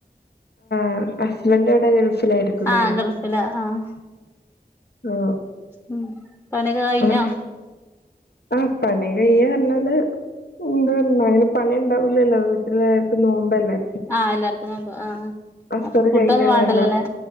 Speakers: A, on the left (about 80°); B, on the left (about 15°).
A: അഹ് ഹസ്ബൻഡ് എവിടെ ഗൾഫിലായിരിക്കും അല്ലേ
B: ആഹ് ഗൾഫിലാ ആഹ്
A: ഓ.
B: ഉം. പണിയൊക്കെ കഴിഞ്ഞോ
A: ഉം ആഹ് പണി കയ്യന്ന് പറഞ്ഞാല്. എന്തന്ന അതിന് പണി ഉണ്ടാവൂല്ലല്ലോ വീട്ടിലെല്ലാർക്കും നോമ്പല്ലേ.
B: ആഹ് എല്ലാർക്കും നോമ്പ് ആഹ്
A: അസർ
B: അപ്പൊ ഫുഡൊന്നും
A: കഴിഞ്ഞാണെല്ലാം
B: വേണ്ടല്ലോല്ലേ